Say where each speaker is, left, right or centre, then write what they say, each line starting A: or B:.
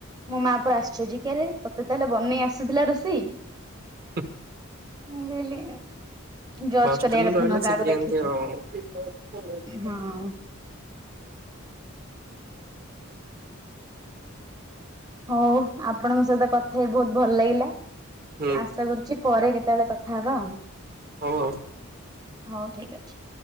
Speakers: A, on the right; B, on the right.
A: ମୋ ମା ପରେ ଆଶ୍ଚର୍ଯ୍ୟ କି ଆରେ ତୋତେ ତାହେଲେ ବନେଇ ଆସୁଥିଲା ରୋଷେଇ।
B: ହ
A: ମୁଁ କହିଲି। ଜଜ୍
B: ହଷ୍ଟେଲେରେ
A: କରିବା କଥା
B: ରହିଲେ
A: ନୁହଁ କାହାକୁ
B: ଶିଖି
A: ଦେଖିକି
B: ଏନ୍ତି ଆଉ।
A: ହଁ। ହଉ ଆପଣଙ୍କ ସହିତ କଥା ହେଇ ବହୁତ ଭଲ ଲାଗିଲା
B: ହୁଁ
A: ଆଶା କରୁଛି ପରେ କେତେବେଳେ କଥା ହବା ଆଉ।
B: ହଉ ଆଉ।
A: ହଉ ଠିକ ଅଛି।